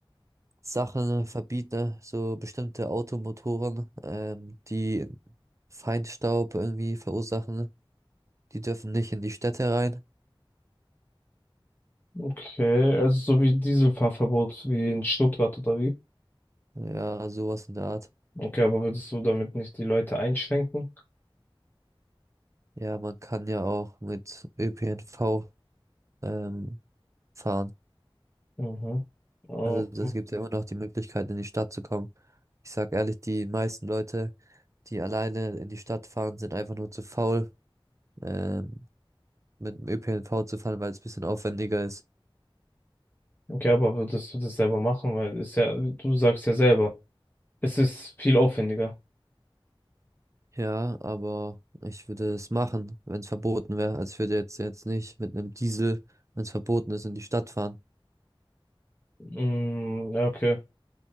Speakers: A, on the right; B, on the left.
A: Sachen verbieten, ne, so bestimmte Automotoren, ähm, die Feinstaub irgendwie verursachen, die dürfen nicht in die Städte rein.
B: Okay, also so wie Dieselfahrverbot wie in Stuttgart oder wie?
A: Ja, sowas in der Art.
B: Okay, aber würdest du damit nicht die Leute einschränken?
A: Ja, man kann ja auch mit ÖPNV ähm, fahren.
B: Mhm. Oh,
A: Also das gibt ja immer noch die Möglichkeit, in die Stadt zu kommen. Ich sag ehrlich, die meisten Leute, die alleine in die Stadt fahren, sind einfach nur zu faul, ähm, mit dem ÖPNV zu fahren, weil es ein bisschen aufwendiger ist.
B: Okay, aber würdest du das selber machen? Weil ist ja, du sagst ja selber, es ist viel aufwendiger.
A: Ja, aber ich würde es machen, wenn es verboten wäre. Also ich würde jetzt jetzt nicht mit einem Diesel, wenn es verboten ist, in die Stadt fahren.
B: Mm, ja, okay.